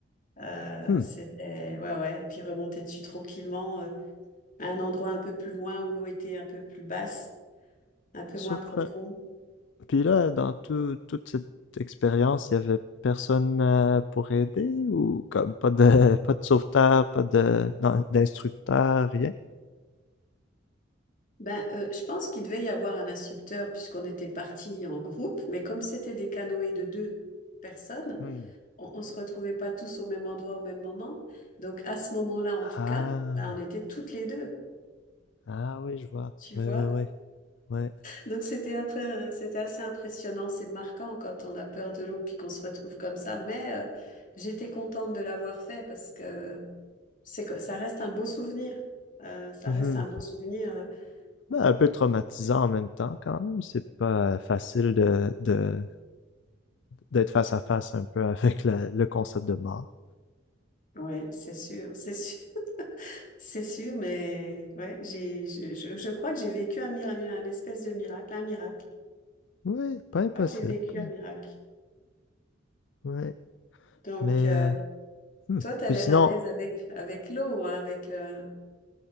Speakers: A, on the left (about 45°); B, on the left (about 70°).
A: euh,
B: Hmm.
A: c'était... Ouais, ouais, et puis remonter dessus tranquillement. euh, À un endroit un peu plus loin où l'eau était un peu plus basse, un peu
B: Surprenant.
A: moins profonde.
B: Puis là, dans tout- toute cette expérience, il y avait personne euh, pour aider ou comme pas de <laughs> pas de sauveteur, pas de d'in- d'instructeur, rien?
A: Ben, euh, je pense qu'il devait y avoir un instructeur puisqu'on était partis en groupe, mais comme c'était des canoës de deux personnes,
B: Hmm.
A: on, ne se retrouvait pas tous au même endroit au même moment. Donc à ce moment-là, en tout
B: Ah,
A: cas, ben, on était toutes les deux,
B: ah oui, je vois.
A: tu
B: Ouais,
A: vois.
B: ouais, ouais, ouais.
A: Donc c'était un peu, c'était assez impressionnant, c'est marquant quand on a peur de l'eau puis qu'on se retrouve comme ça. Mais euh, j'étais contente de l'avoir fait parce que C'est que ça reste un beau souvenir. Euh, ça
B: Mhm.
A: reste un beau souvenir. euh,
B: Ben, un
A: euh,
B: peu traumatisant en même temps, quand même. C'est pas facile de, de, d'être face à face un peu <laughs> avec la- le concept de mort.
A: ouais, c'est sûr, c'est sûr, <laughs> c'est sûr. Mais ouais, j'ai, je, je- je crois que j'ai vécu un miracle, une espèce de miracle, un miracle.
B: Oui, pas impossible.
A: Je crois que j'ai vécu
B: pas
A: un miracle.
B: ouais.
A: Donc,
B: Mais,
A: euh,
B: euh, hmm.
A: toi, tu as
B: Puis
A: l'air
B: sinon,
A: à l'aise avec avec l'eau, hein, avec le,